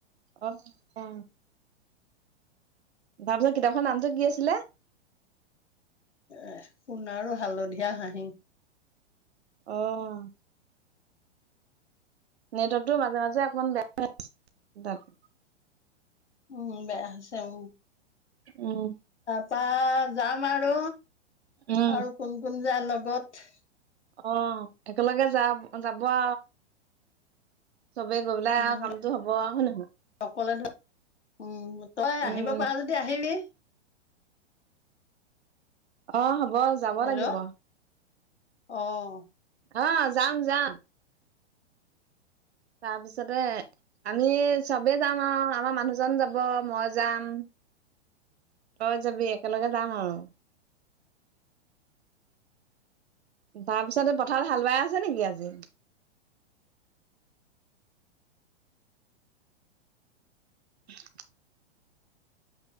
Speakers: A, on the right; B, on the left.
A: অ', অ'। তাপিছত কিতাপখনৰ নামটো কি আছিলে?
B: এ, সোণাৰু হালধীয়া হাঁহি।
A: অ'। নেটৱৰ্কটো মাজে, মাজে অকমান বেয়া <inaudible>
B: উম, বেয়া হৈছে উম।
A: উম।
B: <unintelligible> যাম আৰু।
A: উম।
B: আৰু কোন, কোন যায় লগ আগত
A: অ' একেলগে য যাব আৰু চবে গৈ পেলাই
B: উম
A: আৰু কামটো হ'ব হয় নহয়।
B: অকলে উম, তই
A: উম,
B: আহিব পাৰ যদি আহিবি।
A: অ, হ'ব ব, যাব
B: হেল্ল'
A: লাগিব।
B: অ'
A: আ, যাম, যাম। তাৰপিছতে আমি চবেই যাম আৰু আমাৰ মানুহজন যাব, মই যাম, তই যাবি, একেলগে যাম আৰু তাৰ পিছতে পথাৰত হাল বাই আছ নেকি আজি? <inaudible>